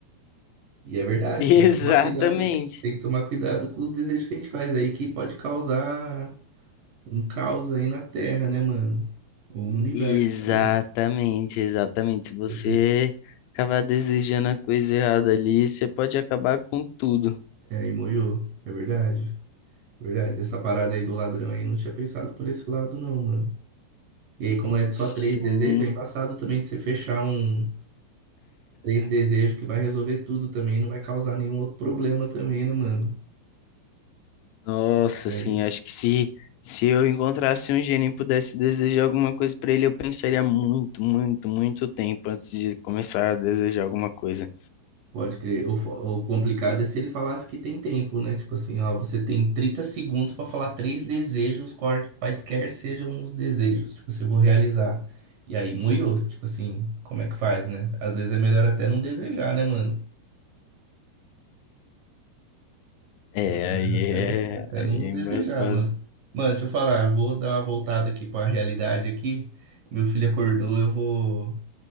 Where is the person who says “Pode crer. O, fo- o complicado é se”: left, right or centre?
Right